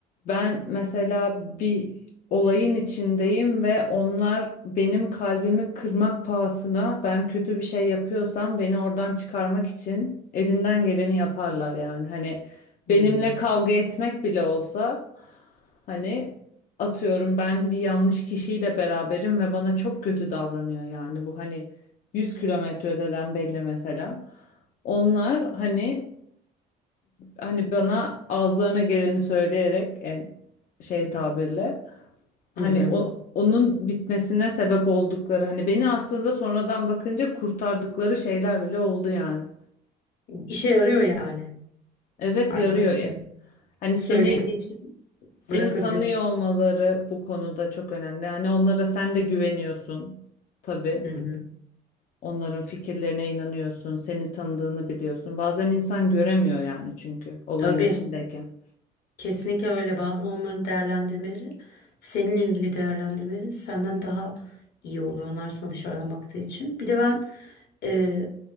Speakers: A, on the left; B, on the left.
A: Ben mesela bir olayın içindeyim ve onlar benim kalbimi kırmak pahasına ben kötü bir şey yapıyorsam beni oradan çıkarmak için elinden geleni yaparlar yani. Hani
B: Hmm.
A: benimle kavga etmek bile olsa hani atıyorum ben bir yanlış kişiyle beraberim ve bana çok kötü davranıyor yani bu hani 100 kilometre öteden belli mesela. Onlar hani hani bana ağızlarına geleni söyleyerek en şey tabirle hani
B: Hı hı.
A: o- onun bitmesine sebep oldukları hani beni aslında sonradan bakınca kurtardıkları şeyler bile oldu yani.
B: İşe yarıyor yani
A: Evet
B: arkadaşlarım.
A: yarıyor ya. Hani
B: Söylediği
A: seni
B: için
A: seni
B: bırakabiliyorsun.
A: tanıyor olmaları bu konuda çok önemli. Hani onlara sen de güveniyorsun tabii.
B: Hı hı.
A: Onların fikirlerine inanıyorsun, seni tanıdığını biliyorsun. Bazen insan göremiyor yani çünkü olayın
B: Tabii.
A: içindeyken.
B: Kesinlikle öyle. Bazen onların değerlendirmeleri seninle ilgili değerlendirmeleri senden daha iyi oluyor. Onlar sana dışarıdan baktığı için. Bir de ben e,